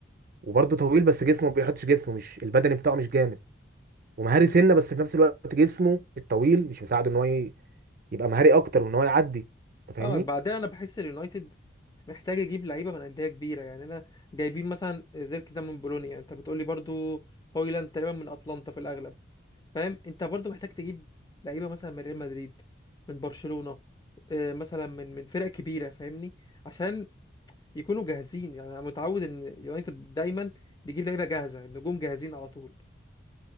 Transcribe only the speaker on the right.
وبرضه طويل بس جسمه ما بيحطش جسمه مش البدني بتاعه مش جامد ومهاري سنه بس في نفس الوقت جسمه الطويل مش مساعده ان هو ي- يبقى مهاري اكتر وان هو يعدي انت فاهمني